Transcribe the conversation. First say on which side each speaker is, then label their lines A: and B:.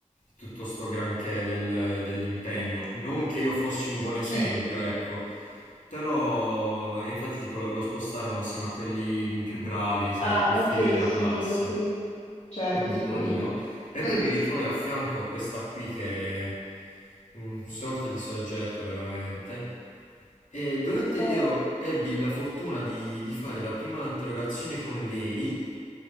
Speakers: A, on the left; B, on the left.
A: tutto sto granché del- dell'impegno, non che io fossi un buon esempio,
B: Chi?
A: ecco, però e infatti tipo lo, lo spostarono assieme a quelli più bravi, sai,
B: Ah,
A: i più
B: ok,
A: fighi della
B: sì,
A: classe
B: ok. Certo,
A: quindi
B: tipo
A: non
B: io.
A: io. E poi
B: Mm.
A: mi ritrovai a fianco a questa qui che è un sorta di soggetto veramente. E durante
B: Eh.
A: io ebbi la fortuna di, di fare la prima interrogazione con lei,